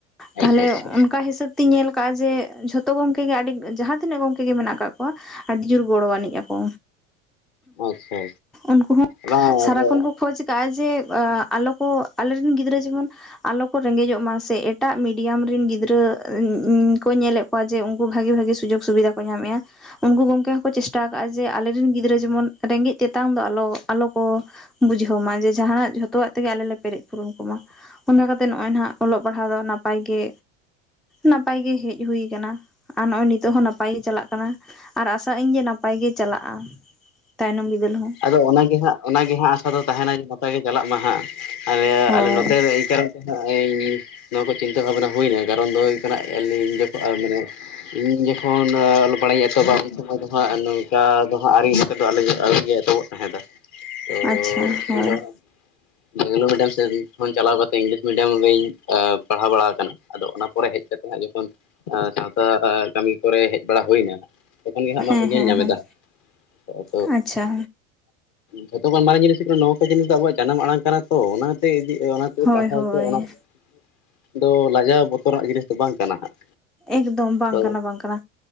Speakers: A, in the centre; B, on the left.
A: ᱛᱟᱦᱞᱮ
B: ᱟᱪᱪᱷᱟ ᱟᱪᱪᱷᱟ
A: ᱚᱱᱠᱟ ᱦᱤᱥᱟᱹᱵ ᱛᱤᱧ ᱧᱮᱞ ᱠᱟᱜᱼᱟ ᱡᱮ ᱡᱷᱚᱛᱚ ᱜᱚᱝᱠᱮ ᱜᱮ ᱟᱰᱤ ᱡᱟᱦᱟᱸ ᱛᱤᱱᱟᱹᱜ ᱜᱚᱝᱠᱮ ᱜᱮ ᱢᱮᱱᱟᱜ ᱠᱟᱜ ᱠᱚᱣᱟ ᱟᱹᱰᱤ ᱡᱳᱨ ᱜᱚᱲᱚ ᱟᱹᱱᱤᱡ ᱟᱠᱚ᱾
B: ᱟᱪᱪᱷᱟ
A: ᱩᱱᱠᱩ ᱦᱚᱸ
B: ᱵᱟᱝ ᱟᱫᱚ
A: ᱥᱟᱨᱟᱠᱷᱚᱱ ᱠᱚ ᱠᱷᱚᱡ ᱠᱟᱜᱼᱟ ᱡᱮ ᱟᱞᱚ ᱠᱚ ᱟᱞᱮᱨᱮᱱ ᱜᱤᱫᱽᱨᱟᱹ ᱡᱮᱢᱚᱱ ᱟᱞᱚ ᱠᱚ ᱨᱮᱸᱜᱮᱡᱚᱜ ᱢᱟ ᱥᱮ ᱮᱴᱟᱜ ᱢᱤᱰᱤᱭᱟᱢ ᱨᱮᱱ ᱜᱤᱫᱽᱨᱟᱹ ᱠᱚ ᱧᱮᱞᱮᱫ ᱠᱚᱣᱟ ᱡᱮ ᱩᱱᱠᱩ ᱵᱷᱟᱜᱤ ᱵᱷᱟᱜᱤ ᱥᱩᱡᱳᱜᱽ ᱥᱩᱵᱤᱫᱷᱟ ᱠᱚ ᱧᱟᱢᱮᱫᱼᱟ, ᱩᱱᱠᱩ ᱜᱚᱝᱠᱮ ᱦᱚᱸᱠᱚ ᱪᱮᱥᱴᱟ ᱟᱠᱟᱜᱼᱟ ᱡᱮ ᱟᱞᱮᱨᱮᱱ ᱜᱤᱫᱽᱨᱟᱹ ᱡᱮᱢᱚᱱ ᱨᱮᱸᱜᱮᱡ ᱛᱮᱛᱟᱝ ᱫᱚ ᱟᱞᱚ ᱟᱞᱚ ᱠᱚ ᱵᱩᱡᱷᱟᱹᱣ ᱢᱟ ᱡᱮ ᱡᱟᱦᱟᱱᱟᱜ ᱡᱷᱚᱛᱚᱣᱟᱜ ᱛᱮᱜᱮ ᱟᱞᱮ ᱞᱮ ᱯᱮᱨᱮᱡ ᱯᱩᱨᱚᱱ ᱠᱚᱢᱟ᱾ ᱚᱱᱟ ᱠᱟᱛᱮᱜ ᱱᱚᱜᱼᱚᱭ ᱱᱟᱜ ᱚᱞᱚᱜ ᱯᱟᱲᱦᱟᱣ ᱫᱚ ᱱᱟᱯᱟᱭ ᱜᱮ, ᱱᱟᱯᱟᱭ ᱜᱮ ᱦᱮᱡ ᱦᱩᱭ ᱠᱟᱱᱟ ᱟᱨ ᱱᱚᱜᱼᱚᱭ ᱱᱤ ᱛᱚᱜ ᱦᱚᱸ ᱱᱟᱯᱟᱭ ᱜᱮ ᱪᱟᱞᱟᱜ ᱠᱟᱱᱟ ᱟᱨ ᱟᱥᱟᱜ ᱟᱹᱧ ᱡᱮ ᱱᱟᱯᱟᱭ ᱜᱮ ᱪᱟᱞᱟᱜᱼᱟ ᱛᱟᱭᱱᱚᱢ ᱵᱤᱫᱟᱹᱞ ᱦᱚᱸ᱾
B: ᱟᱫᱚ ᱚᱱᱟᱜᱮ ᱦᱟᱸᱜ ᱚᱱᱟᱜᱮ ᱦᱟᱸᱜ ᱟᱥᱟ ᱫᱚ ᱛᱟᱦᱮᱱᱟ ᱡᱮ ᱱᱚᱛᱮ ᱜᱮ ᱪᱟᱞᱟᱜ ᱢᱟ ᱦᱟᱸᱜ ᱟᱞᱮ
A: ᱦᱳᱭ
B: ᱟᱞᱮ ᱱᱚᱛᱮ ᱨᱮ ᱮᱭ ᱠᱟᱨᱚᱱ ᱤᱧ ᱱᱚᱣᱟ ᱠᱚ ᱪᱤᱱᱛᱟᱹ ᱵᱷᱟᱵᱱᱟ ᱦᱩᱭᱱᱟ ᱠᱟᱨᱚᱱ ᱫᱚ ᱦᱩᱭᱩᱜ ᱠᱟᱱᱟ ᱟᱹᱞᱤᱧ ᱡᱚᱠᱷᱚᱱ ᱢᱟᱱᱮ ᱤᱧ ᱡᱚᱠᱷᱚᱱ ᱚᱞ ᱯᱟᱲᱦᱟᱣᱹᱧ ᱮᱛᱟᱵ ᱟ ᱩᱱ ᱥᱚᱢᱚᱭ ᱫᱚ ᱦᱟᱸᱜ ᱱᱚᱝᱠᱟ ᱫᱚ ᱦᱟᱸᱜ <unintelligible> ᱮᱛᱚᱵᱚᱜ ᱛᱟᱦᱮᱸ ᱫᱟ ᱛᱚ
A: ᱟᱪᱪᱷᱟ ᱦᱳᱭ
B: ᱤᱧᱫᱚ ᱵᱮᱝᱞᱳ ᱢᱤᱰᱤᱭᱟᱢ ᱥᱮᱱ ᱠᱷᱚᱱ ᱪᱟᱞᱟᱣ ᱠᱟᱛᱮ ᱤᱝᱞᱤᱥ ᱢᱤᱰᱤᱭᱟᱢ ᱨᱤᱧ ᱯᱟᱲᱦᱟᱣ ᱵᱟᱲᱟ ᱠᱟᱱᱟ ᱟᱫᱚ ᱚᱱᱟ ᱯᱚᱨᱮ ᱦᱮᱡ ᱠᱟᱛᱮ, ᱡᱚᱠᱷᱚᱱ ᱥᱟᱶᱛᱟ ᱠᱟᱹᱢᱤ ᱠᱚᱨᱮ ᱦᱮᱡ ᱵᱟᱲᱟ ᱦᱩᱭᱱᱟ, ᱛᱚᱠᱷᱚᱱ ᱜᱮ ᱦᱟᱸᱜ
A: ᱦᱮᱸ
B: ᱱᱚᱣᱟ ᱠᱚ ᱧᱮᱞ
A: ᱦᱮᱸ
B: ᱧᱟᱢ
A: ᱦᱮᱸ
B: ᱮᱫ <unintelligible>
A: ᱟᱪᱪᱷᱟ
B: ᱡᱷᱚᱛᱚ ᱠᱷᱚᱱ ᱢᱟᱨᱟᱝ ᱡᱤᱱᱤᱥ ᱦᱩᱭᱩᱜ ᱠᱟᱱᱟ ᱱᱚᱣᱟ ᱠᱚ ᱡᱤᱱᱤᱥ ᱫᱚ ᱟᱵᱚᱣᱟᱜ ᱡᱟᱱᱟᱢ ᱟᱲᱟᱝ ᱠᱟᱱᱟ ᱛᱚ ᱚᱱᱟᱛᱮ ᱤᱫᱤ ᱚᱱᱟ
A: ᱦᱳᱭ
B: ᱯᱟᱲᱦᱟᱣ
A: ᱦᱳᱭ
B: ᱛᱮ ᱚᱱᱟ <unintelligible> ᱫᱚ ᱞᱟᱡᱟᱣ ᱵᱚᱛᱚᱨᱟᱜ ᱡᱤᱱᱤᱥ ᱫᱚ ᱵᱟᱝ ᱠᱟᱱᱟ ᱦᱟᱸᱜ᱾
A: ᱮᱠᱫᱚᱢ ᱵᱟᱝ
B: ᱟᱫᱚ
A: ᱠᱟᱱᱟ ᱵᱟᱝ ᱠᱟᱱᱟ